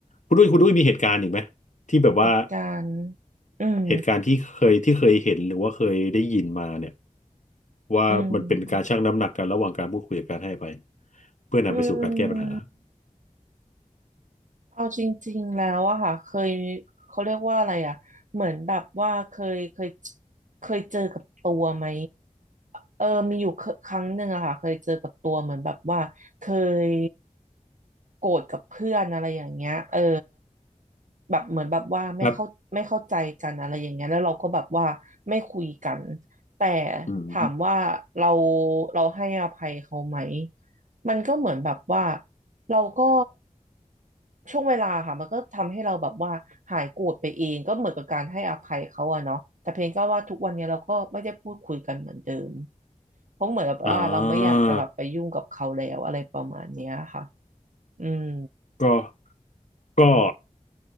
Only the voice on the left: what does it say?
คุณด้วยคุณด้วยมีเหตุการณ์อีกไหมที่แบบว่า
เหตุการณ์ที่เคยที่เคยเห็นหรือว่าเคยได้ยินมาเนี่ยว่ามันเป็นการชั่งน้ำหนักกันระหว่างการพูดคุยกับการให้อภัย
เพื่อนำไปสู่การแก้ปัญหา
ครับ
อืม
อ่า
ก็ก็